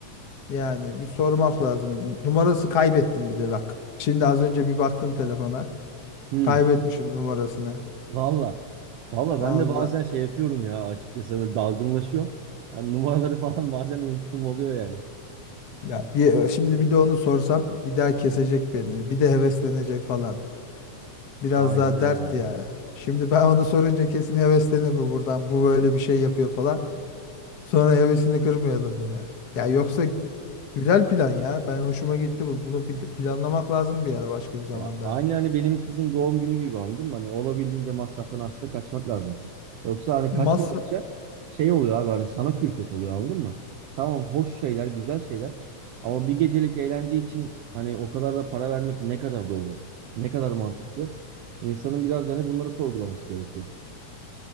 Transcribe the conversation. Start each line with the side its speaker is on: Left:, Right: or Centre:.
Left: Yani bir sormak lazım. Numarası kaybettim bir de bak. Şimdi az önce bir baktım telefona.
Right: Hı,
Left: Kaybetmişim numarasını.
Right: valla. Valla
Left: Allah.
Right: ben de bazen şey yapıyorum ya açıkçası böyle dalgınlaşıyorum. Hani numaraları <laughs> falan bazen unuttum oluyor yani.
Left: Ya bir, şimdi bir de onu sorsam bir daha kesecek beni. Bir de heveslenecek falan. Biraz
Right: Aynen
Left: daha
Right: öyle
Left: dert
Right: abi.
Left: ya. Şimdi ben onu sorunca kesin heveslenir bu buradan. Bu böyle bir şey yapıyor falan. Sonra hevesini kırmayalım ya. Ya yoksa güzel plan ya. Ben hoşuma gitti bu. Bunu pl- planlamak lazım bir ara başka bir zamanda.
Right: Ya aynı hani benim kızın doğum günü gibi anladım. Hani olabildiğince masraftan aslında kaçmak lazım. Yoksa hani
Left: Masraf
Right: kaçmadıkça şey oluyor abi hani sana külfet oluyor anladın mı? Tamam hoş şeyler, güzel şeyler. Ama bir gecelik eğlence için hani o kadar da para vermek ne kadar doğru? Ne kadar mantıklı? İnsanın biraz da hani bunları sorgulaması gerekiyor.